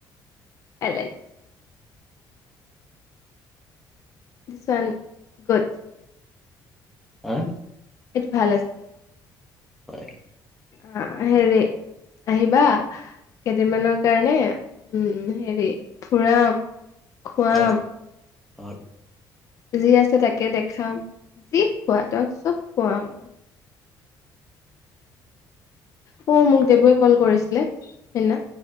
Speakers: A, on the left; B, in the centre.
A: I like <inaudible> good
B: অ'
A: এইটো ভাল আছিল।
B: হয়।
A: আ হেৰি আহিবা। কেইদিনমানৰ কাৰণে উম হেৰি ফুৰাম। খুৱাম
B: উম হয়।
A: যি আছে তাকে দেখাম, যি খোৱা তোক চব খুৱাম। মই সৌ মোক দেবুৱে ক'ল কৰিছিলে সেইদিনা